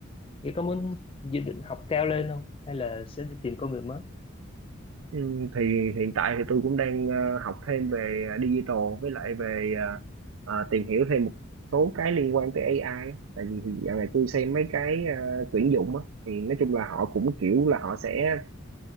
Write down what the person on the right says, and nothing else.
Ừ, thì hiện tại thì tôi cũng đang ờ, học thêm về ờ, digital với lại về ờ, ờ, tìm hiểu thêm một số cái liên quan tới AI á. tại vì dạo này tôi xem mấy cái ờ, tuyển dụng á thì nói chung là họ cũng kiểu là họ sẽ